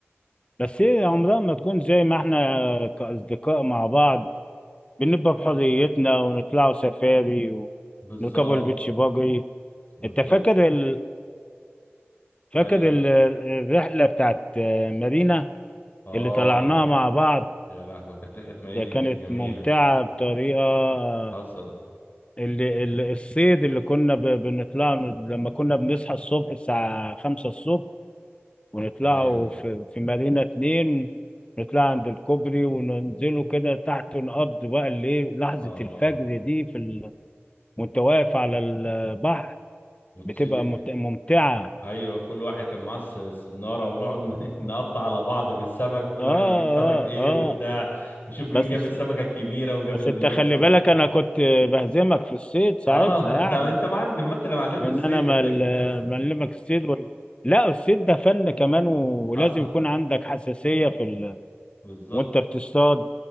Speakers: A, on the left; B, on the left.
A: بس ايه عمرها ما تكون زي ما احنا كأصدقاء مع بعض بنبقى بحريتنا ونطلعوا سفاري
B: بالظبط
A: ونركبوا البيتش باجي
B: بالظبط
A: انت فاكر ال... فاكر
B: ايوه
A: ال... الرحلة بتاعت آه، مارينا
B: اه
A: اللي طلعناها مع بعض
B: يا لهوي كانت رحلة ميامي
A: ده
B: دي
A: كانت
B: كانت جميلة
A: ممتعة بطريقة آه،
B: حصل
A: اللي... اللي- الصيد اللي كنا ب... بنطلع لما كنا بنصحى الصبح الساعة خمسة الصبح ونطلعوا
B: ايوه
A: في في مارينا اتنين نطلع عند الكوبري وننزلوا كده تحت ونقضي بقى الليل لحظة
B: اه
A: الفجر دي في ال... وانت واقف على البحر
B: وتصيد
A: بتبقى مت- ممتعة
B: ايوه كل واحد كان معاه الس- السناره ونقعد ن- <laughs> نقطع على بعض في السمك كل
A: اه اه
B: واحد يجيب سمك ايه
A: اه
B: وبتاع وشوف مين
A: بس
B: جاب السمكه الكبيره وجاب
A: بس
B: اللي
A: انت
B: جاب
A: خلي
B: السمك
A: بالك انا كنت بهزمك في الصيد ساعتها
B: اه <laughs> انت
A: يعني
B: انت معلم ما انت اللي معلمني
A: لان
B: الصيد
A: انا
B: فانت
A: مل-
B: اكيد هز-
A: معلمك الصيد وال... لا الصيد ده فن كمان ولازم
B: حصل
A: يكون عندك حساسية في ال...
B: بالظبط
A: وانت بتصطاد